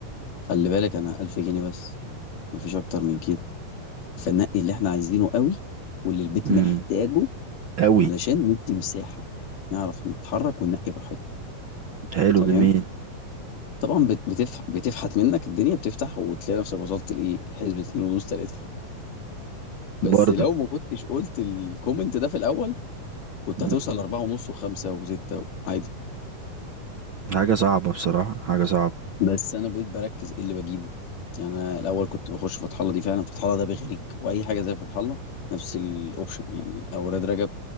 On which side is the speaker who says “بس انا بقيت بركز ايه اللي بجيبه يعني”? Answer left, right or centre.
Left